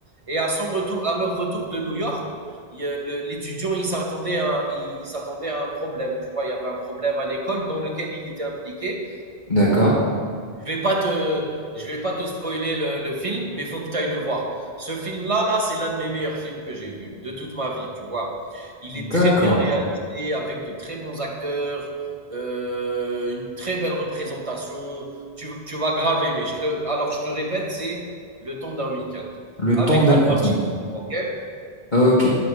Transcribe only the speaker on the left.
d'accord.
D'accord.
Le
thon d'Aricagne.
Ok,